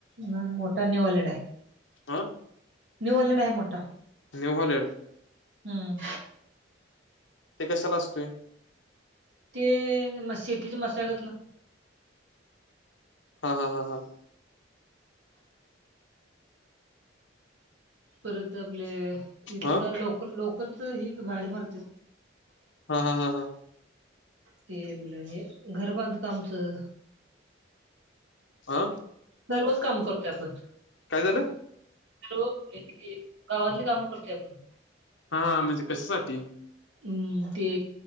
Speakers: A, on the right; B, on the left.
A: नन मोठा न्यूयोलँड हाय.
B: आ.
A: न्यूर्लंड आहे मोठा.
B: नीव्हलेड.
A: हं.
B: ते कशाला असतोय.
A: ते म शेतीच्या मशागतला.
B: हा हा हा हा.
A: परत आपले इथल
B: हा
A: जरा
B: हा
A: लोकल लोकलच ही भाड मारते.
B: हा हा हा हा.
A: ते आपल हे घर बांधकामचं
B: आ
A: दररोज काम आपण करतोय आपण.
B: काय झालं?
A: हॅलो हेच की गावातली काम करतोय आपण.
B: हां म्हंजे कशासाठी?
A: हुं ते